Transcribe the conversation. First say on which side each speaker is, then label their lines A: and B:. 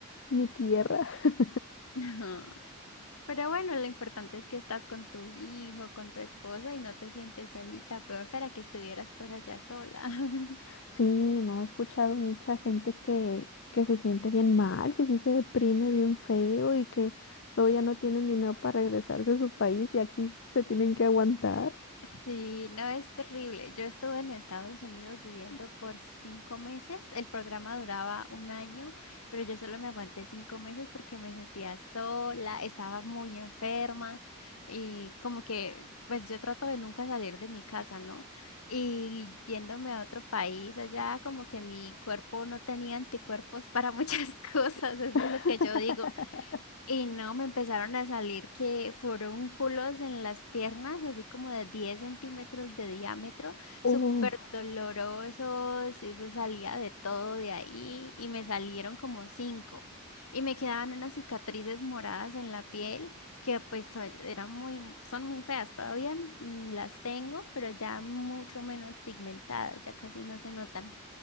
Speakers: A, on the left; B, on the left.
A: mi tierra. <laughs>
B: <laughs> Pero bueno, lo importante es que estás con tu hijo, con tu esposa y no te sientes solita. Peor fuera que estuvieras por allá sola. <laughs>
A: Sí, no, he escuchado mucha gente que, que se siente bien mal, que sí se deprime bien feo y que luego ya no tienen dinero para regresarse a su país y aquí se tienen que aguantar.
B: Sí, no es terrible. Yo estuve en Estados Unidos viviendo por cinco meses. El programa duraba un año, pero yo solo me aguanté cinco meses porque me sentía sola, estaba muy enferma y como que, pues yo trato de nunca salir de mi casa, ¿no? Y yéndome a otro país allá, como que mi cuerpo no tenía anticuerpos para muchas <laughs> cosas, eso
A: <laughs>
B: es lo que yo digo. Y no, me empezaron a salir que forúnculos en las piernas, así como de 10 centímetros de diámetro, súper
A: Uf,
B: dolorosos, eso salía de todo de ahí y me salieron como cinco. Y me quedaban unas cicatrices moradas en la piel que pues so- eran muy, son muy feas, todavía mm, las tengo, pero ya mucho menos pigmentadas, ya casi no se notan.